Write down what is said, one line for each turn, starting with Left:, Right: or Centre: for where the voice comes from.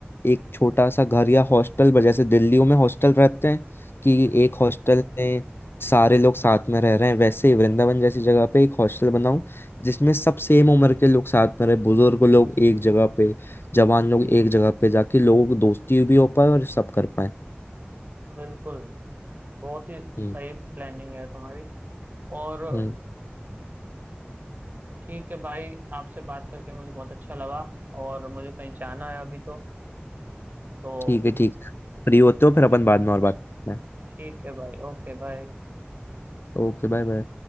Left: एक छोटा सा घर या हॉस्टल ब- जैसे दिल्लियों में हॉस्टल रहते हैं कि
Right: हम्म,
Left: एक हॉस्टल में सारे लोग साथ में रह रहे हैं वैसे ही वृंदावन जैसी जगह पे एक हॉस्टल बनाऊं जिसमें सब सेम उम्र के लोग साथ में रहे बुजुर्ग लोग एक जगह पे जवान लोग एक जगह पे जाके लोगों की दोस्ती भी हो पाए और सब कर पाए
Right: बिल्कुल बहुत ही सही
Left: हम्म
Right: प्लानिंग है तुम्हारी और
Left: हम्म,
Right: ठीक है भाई आपसे बात करके मुझे बहुत अच्छा लगा और मुझे कहीं जाना है अभी तो तो
Left: ठीक है ठीक है फ्री होते हो फिर अपन
Right: फिर
Left: बाद में और बात करते हैं
Right: ठीक है भाई ओके बाय
Left: Okay bye bye